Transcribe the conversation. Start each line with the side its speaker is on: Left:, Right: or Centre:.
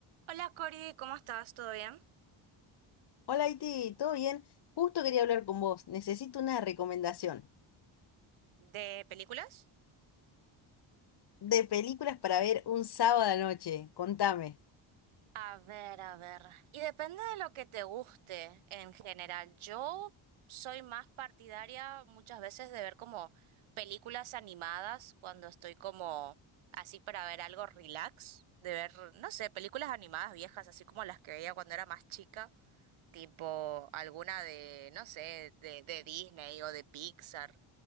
Right: Hola Cori, ¿cómo estás? ¿Todo bien?
Left: Hola, Iti, ¿todo bien? Justo quería hablar con vos. Necesito una recomendación
Right: ¿De películas?
Left: de películas para ver un sábado a la noche. Contame.
Right: A ver, a ver. Y depende de lo que te guste en general. Yo soy más partidaria muchas veces de ver como películas animadas cuando estoy como así para ver algo relax, de ver, no sé, películas animadas viejas, así como las que veía cuando era más chica, tipo alguna de, no sé, de, de Disney o de Pixar.